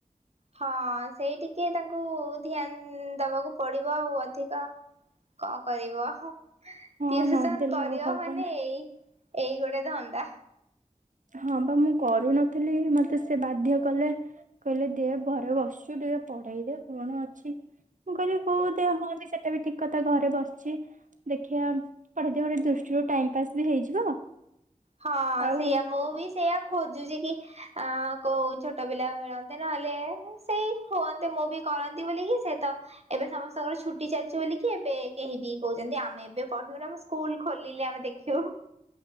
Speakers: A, on the right; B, on the right.
A: ହଁ ସେଇ ଟିକେ ତାଙ୍କୁ ଧ୍ୟାନ ଦବାକୁ ପଡିବ ଆଉ ଅଧିକ କଣ କରିବ,
B: ହଁ
A: ଟିଉସନ୍
B: ନଦେଲେ
A: କରିବ
B: ଆଉ ହବନି।
A: ମାନେ ଏଇ ଏଇ ଗୋଟେ ଧନ୍ ବାଃ!
B: ହଁ ବା ମୁଁ କରୁନଥିଲି ମୋତେ ସେ ବାଧ୍ୟ କଲେ କହିଲେ ଦେ ଘରେ ବସଛୁ ଟିକେ ପଢେଇ ଦେ କଣ ଅଛି। ମୁଁ କହିଲି ହଉ ଦେ ହଁ ବି ସେଟା ବି ଠିକ କ ତ ଘରେ ବସିଛି ଦେଖିବା ପଢେଇ ଦେବି ଗୋଟେ ଦୃଷ୍ଟିରୁ ଟାଇମ୍ ପାସ୍ ବି ହେଇଯିବ।
A: ହଁ
B: ଆଉ
A: ସେଇଆ ମୁଁ ବି ସେଇଆ ଖୋଜୁଚି କି ଆଁ, କୋଉ ଛୋଟ ପିଲା ମିଳନ୍ତେ ନହେଲେ ସେଇ ହୁଅନ୍ତେ ମୁଁ ବି କରନ୍ତି ବୋଲିକି ସେ ତ ଏବେ ସମସ୍ ତାଙ୍କର ଛୁଟି ଚାଲିଚି ବୋଲିକି ଏବେ କେହି ବି କହୁଚନ୍ତି ଆମେ ଏବେ ପଢିବୁ ନା ଆମ ସ୍କୁଲ୍ ଖୋଲିଲେ ଆମେ ଦେଖିବୁ।